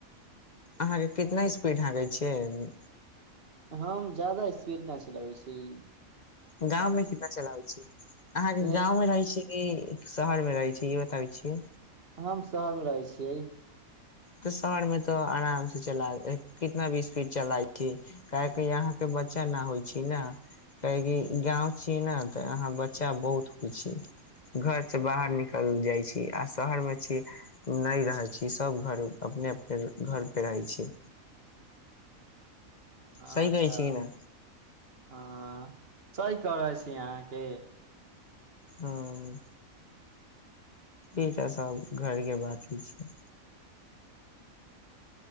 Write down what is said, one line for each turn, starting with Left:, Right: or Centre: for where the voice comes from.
Left: अहाँके कितना स्पीड हाँकै छियै
Right: हम जादा स्पीड ना चलाबै छियै
Left: गाँवमे कितना चलाबै छियै
Right: यही।
Left: अहाँके गाँवमे रहैत छीयै की शहरमे रहैत छै ई बताबै छियै
Right: हम शहरमे रहैत छियै
Left: तऽ शहरमे तऽ आराम सँ चलाय ऐ कितना भी स्पीड चलाएब की काहेकि यहाँ तऽ बच्चा न होइ छै न काहेकि गाँव छिये ने तऽ यहाँ बच्चा बहुत होइ छै घरसँ बाहर निकल जाइत छी आ शहरमे छी नहि रहैय छै सभ घरे अपने अपने घर पे रहैत छीये सही
Right: अच्छा
Left: कहैत छै की न
Right: हँ सही कह रहै छी अहाँकेँ
Left: हुँ ई तऽ सभ घरकेँ बात ही छै